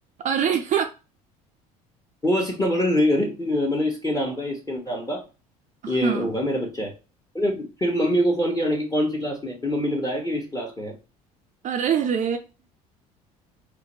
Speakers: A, on the right (about 40°); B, on the left (about 20°).
A: अरे <laughs>
B: वो बस इतना बोल रहे रे- रे- मतलब इसके नाम का इसके नाम का
A: हाँ
B: ये होगा मेरा बच्चा है बोले फिर मम्मी को फोन किया उन्होंने कि कौन सी क्लास में है फिर मम्मी ने बताया कि इस क्लास में है
A: अरे रे